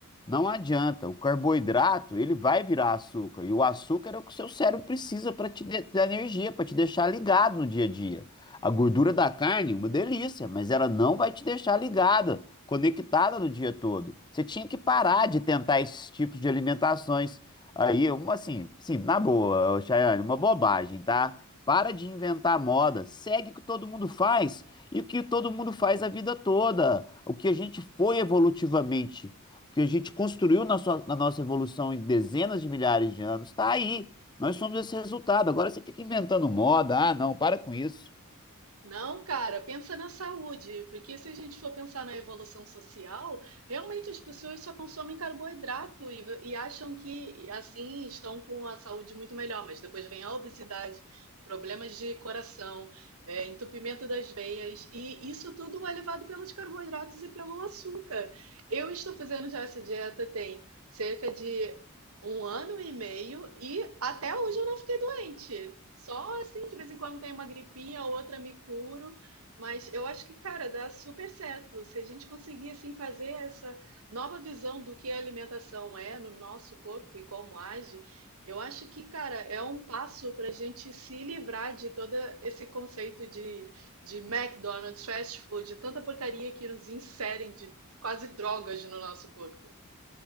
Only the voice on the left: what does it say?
não adianta, o carboidrato, ele vai virar açúcar, e o açúcar é o que o seu cérebro precisa para te de- dar energia, para te deixar ligado no dia a dia. A gordura da carne, é uma delícia, mas ela não vai te deixar ligada, conectada no dia todo. Você tinha que parar de tentar esses tipos de alimentações aí, uma assim, sim, na boa, ô, Chayane, uma bobagem, tá? Para de inventar moda, segue o que todo mundo faz e o que todo mundo faz a vida toda. O que a gente foi evolutivamente, o que a gente construiu na, sua- na nossa evolução em dezenas de milhares de anos, está aí. Nós somos esse resultado. Agora você fica inventando moda. Ah, não, para com isso.